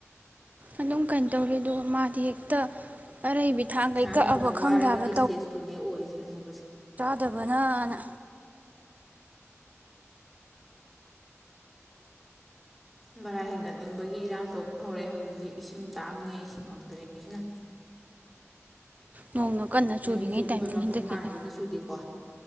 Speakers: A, on the right; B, in the centre.
A: ꯑꯗꯨꯝ ꯀꯩꯅꯣ ꯇꯧꯔꯤ ꯑꯗꯨꯒ ꯃꯥꯗꯤ ꯍꯦꯛꯇ ꯑꯔꯩꯕꯤ ꯊꯥꯡꯒꯩ
B: ꯉꯥꯡꯅꯕꯗ
A: ꯀꯛꯑꯕ ꯈꯪꯗꯦ
B: ꯋꯥꯔꯕꯤꯒꯤ
A: ꯍꯥꯏꯕ
B: ꯏꯁꯇꯦꯖꯇꯨꯅꯦ ꯑꯣꯏꯔꯤꯖꯦ ꯍꯅꯨꯕꯁꯦ
A: ꯇꯕꯅꯥ ꯅꯥ
B: ꯚꯔꯥ ꯍꯦꯟꯒꯠꯅꯤꯡꯕꯒꯤ ꯏꯔꯥꯡ ꯇꯧꯕ ꯍꯧꯔꯛꯑꯦ ꯍꯧꯖꯤ ꯍꯧꯖꯤꯛ ꯏꯁꯤꯡ ꯇꯥꯡꯉꯦ ꯏꯁꯤꯡ ꯐꯪꯗ꯭ꯔꯦ ꯑꯁꯤꯅ
A: ꯅꯣꯡꯅ ꯀꯟꯅ ꯆꯨꯔꯤꯉꯩ
B: ꯅꯣꯡꯁꯨ
A: ꯇꯥꯏꯃꯤꯡ
B: ꯍꯣꯏ ꯃꯄꯨꯡ
A: ꯍꯟꯗꯛꯀꯤꯗꯤ
B: ꯐꯥꯅꯕꯨꯗꯤ ꯆꯨꯗꯦꯀꯣ